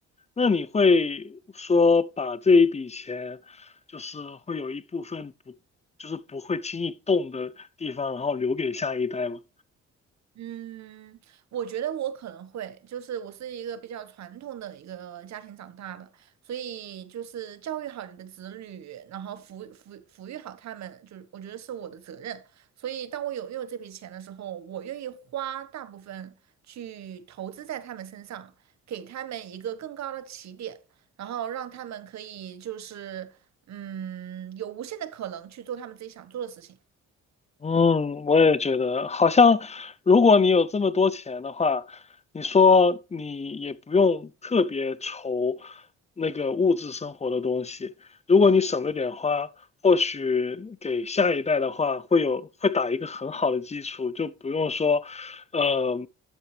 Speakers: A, on the left; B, on the right.
A: 那你会说把这一笔钱，就是会有一部分不，就是不会轻易动的地方，然后留给下一代吗？
B: 嗯，我觉得我可能会，就是我是一个比较传统的一个家庭长大的，所以就是教育好你的子女，然后抚抚抚育好他们，就是我觉得是我的责任。所以当我有拥有这笔钱的时候，我愿意花大部分去投资在他们身上，给他们一个更高的起点，然后让他们可以就是嗯有无限的可能去做他们自己想做的事情。
A: 嗯，我也觉得，好像如果你有这么多钱的话，你说你也不用特别愁那个物质生活的东西。如果你省着点花，或许给下一代的话，会有会打一个很好的基础，就不用说，呃，